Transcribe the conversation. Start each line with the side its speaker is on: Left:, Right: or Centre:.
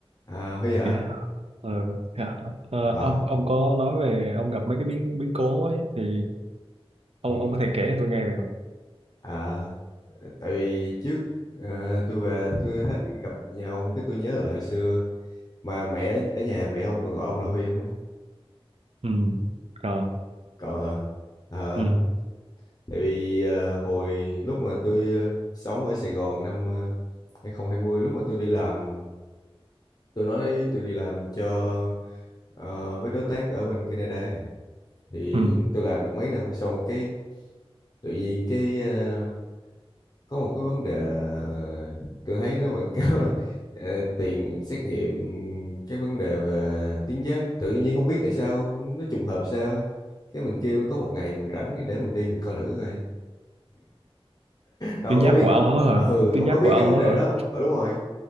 Left: À, Huy hả?
Right: Yeah. Ờ, dạ. Ờ,
Left: À,
Right: ông ông có nói về ông gặp mấy cái biến biến cố ấy, thì ông
Left: Ừ.
Right: ông có thể kể cho tôi nghe được không?
Left: à, tại vì trước ờ, tôi về tôi thấy, gặp nhà ông cái tôi nhớ lại hồi xưa mà mẹ ở nhà mẹ ông còn gọi ông là Huy không ấy?
Right: Ừ. Rồi.
Left: Còn hả? Ờ,
Right: Ừ.
Left: tại vì ờ, hồi lúc mà tôi ờ, sống ở Sài Gòn năm ờ, 2020 lúc mà tôi đi làm tôi nói tôi đi làm cho ờ, với đối tác ở bên Canada ấy. thì
Right: Ừ.
Left: tôi làm được mấy năm sau cái tự nhiên cái ờ, có một cái vấn đề ờ, tôi thấy nó quảng cáo là ờ, tiền xét nghiệm cái vấn đề về tiếng Giáp tự nhiên không biết tại sao nó trùng hợp sao ấy cái mình kêu có một ngày mình rảnh để mình đi mình coi thử coi ông
Right: Tuyến
Left: có
Right: giáp
Left: biết
Right: của ông á hả?
Left: ờ, ừ
Right: Tuyến
Left: ông
Right: giáp
Left: có biết
Right: của ông
Left: cái vấn đề
Right: á
Left: đó
Right: hả?
Left: không ừ, đúng rồi